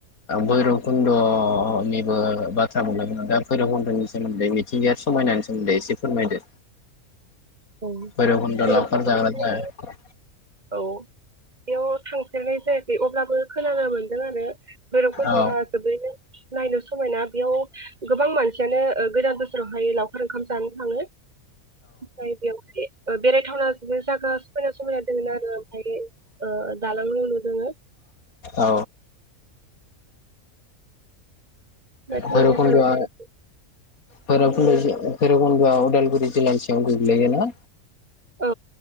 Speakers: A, on the left; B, on the right.
A: भैरबकुन्दनिबो बाथ्रा बुंदो नोंथाङा भैरबकुन्द'नि सोमोन्दै मिथिंगायारि समायनानि सोमोन्दै एसे फोरमायदो।
B: औ
A: भैरबखुन्द'
B: भैरबखुन्दआव
A: लावखार जाग्रा जायगा।
B: औ बेयाव थांफेरनाय जायाखै अब्लाबो खोनानो मोनदों आरो भैरबकुन्द'आ
A: औ
B: जोबोरैनो नायनो समायना बेयाव गोबां मानसियानो ओ गोदान बोसोरावहाय लावखार ओंखाम जानो थाङो। ओमफ्राय बेवहाय बेरायथावना जागाफोरा समायना समायना दङो नो आरो ओमफ्राय ओ दालां लु दोङो
A: औ
B: बेरायथावना
A: भैरबखुन्दआ
B: जाथावना जायगा।
A: भैरब <unintelligible> भैरबकुन्द'आ उदालगुरि जिल्लानि सिङाव गोग्लैयो ना?
B: औ